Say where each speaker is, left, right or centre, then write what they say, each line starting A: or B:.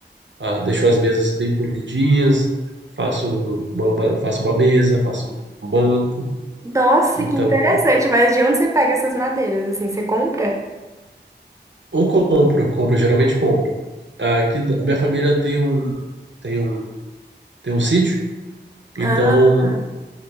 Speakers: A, on the right; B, on the right.
A: ah, deixo as mesas bem polidinhas, faço um- uma, uma- faço uma mesa, faço um um banco.
B: Nossa,
A: Então,
B: que interessante. Mas de onde você pega essas madeiras? Assim, você compra?
A: ou compro, compro, geralmente compro. Aqui na- a minha família tem um, tem um, tem um sítio, então
B: Ah,